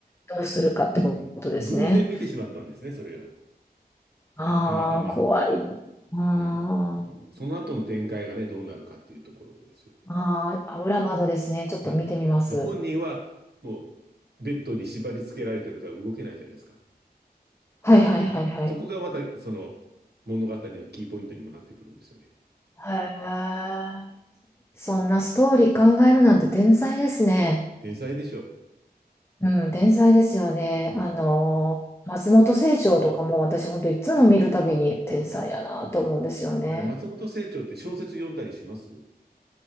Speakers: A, on the left; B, on the right.
A: どうするかってことですね。
B: うん。偶然見てしまったんですね、それが。
A: ああ、
B: たまたま。
A: 怖い。あー
B: うんうんその後の展開がね、どうなるかっていうところですよ。
A: あー、あ裏窓ですね。ちょっと見てみます。
B: うん、で、本人はもうベッドに縛り付けられてるから動けないじゃないですか。
A: はいはいはいはい。
B: そこがまたその物語のキーポイントにもなってくるんですよね。
A: へえ。そんなストーリー考えるなんて天才ですね。
B: 天才でしょ
A: うん、天才ですよね。
B: う。うん。
A: あの、松本清張とかも私本当いつも見るたびに天才やなと思うんですよね。
B: あれ、松本清張って小説読んだりします